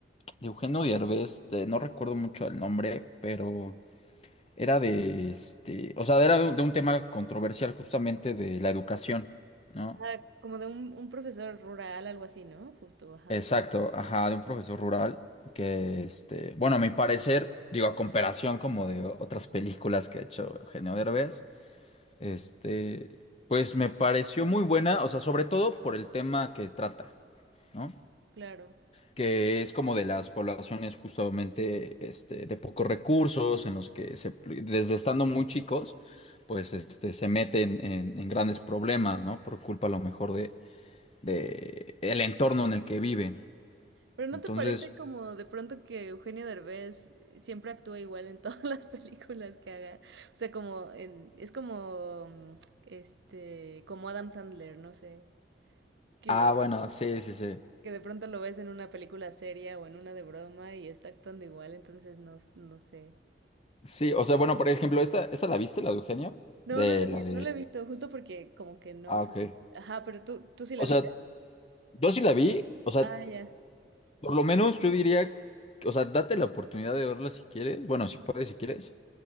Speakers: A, on the left; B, on the right.
A: de Eugenio Derbez, de- no recuerdo mucho el nombre, pero era de, este, o sea, era de un, de un tema controversial justamente de la educación, ¿no?
B: Ah, como de un, un profesor rural, algo así, ¿no? Justo, ajá,
A: Exacto, ajá, de un profesor rural que, este, bueno, a mi parecer, digo, a comparación como de otras películas que ha hecho Eugenio Derbez. Este, pues me pareció muy buena, o sea, sobre todo por el tema que trata, ¿no?
B: claro.
A: Que es como de las poblaciones justamente este, de pocos recursos, en los que se- desde estando muy chicos, pues este, se meten en, en grandes problemas, ¿no? Por culpa a lo mejor de, de el entorno en el que viven.
B: Pero ¿no
A: Entonces,
B: te parece como de pronto que Eugenio Derbez siempre actúa igual en todas <laughs> las películas que haga? O sea, como en, es como mm, este, como Adam Sandler, no sé. que,
A: ah, bueno, sí, sí, sí.
B: que de pronto lo ves en una película seria o en una de broma y está actuando igual, entonces no, s- no sé.
A: Sí, o sea, bueno, por ejemplo, esta, ¿esta la viste, la de Eugenio?
B: No,
A: De
B: no la, he-
A: la
B: vi-
A: de.
B: no la he visto, justo porque como que no
A: Ah,
B: sé
A: ok.
B: si... Ajá, pero tú, ¿tú sí la
A: O
B: viste?
A: sea, yo sí la vi, o sea,
B: Ah, ya.
A: Por lo menos yo diría, o sea, date la oportunidad de verla si quieres, bueno, si puedes, si quieres.